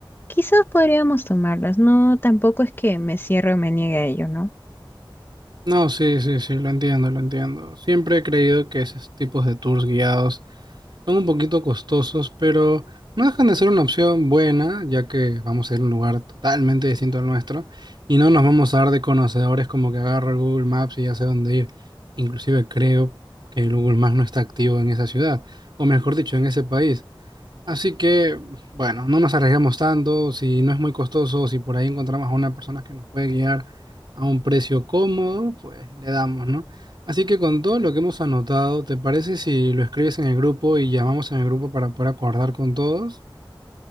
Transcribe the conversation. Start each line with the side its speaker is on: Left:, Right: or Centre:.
Left: Quizás podríamos tomarlas. No, tampoco es que me cierre o me niegue a ello, ¿no?
Right: No, sí, sí, sí, lo entiendo, lo entiendo. Siempre he creído que esos tipos de tours guiados Son un poquito costosos, pero no dejan de ser una opción buena, ya que vamos a ir a un lugar totalmente distinto al nuestro y no nos vamos a dar de conocedores como que agarro el Google Maps y ya sé dónde ir. Inclusive creo que el Google Maps no está activo en esa ciudad, o mejor dicho, en ese país. Así que, bueno, no nos arriesgamos tanto, si no es muy costoso, si por ahí encontramos a una persona que nos puede guiar a un precio cómodo, pues le damos, ¿no? Así que con todo lo que hemos anotado, ¿te parece si lo escribes en el grupo y llamamos en el grupo para poder acordar con todos?